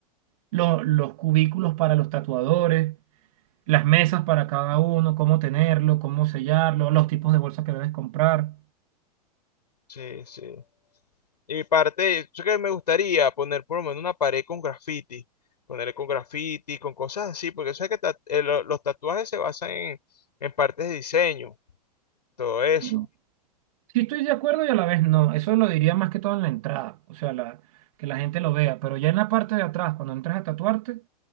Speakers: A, on the right; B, on the left.
A: lo- los cubículos para los tatuadores las mesas para cada uno, cómo tenerlo, cómo sellarlo, los tipos de bolsa que debes comprar.
B: Sí, sí. Y parte, yo que me gustaría poner por lo menos una pared con graffiti. Ponerle con graffiti, con cosas así, porque sabes que ta- eh, lo- los tatuajes se basan en, en partes de diseño, todo eso,
A: Mm, Sí estoy de acuerdo y a la vez no. Eso lo diría más que todo en la entrada, o sea, la, que la gente lo vea. Pero ya en la parte de atrás, cuando entras a tatuarte,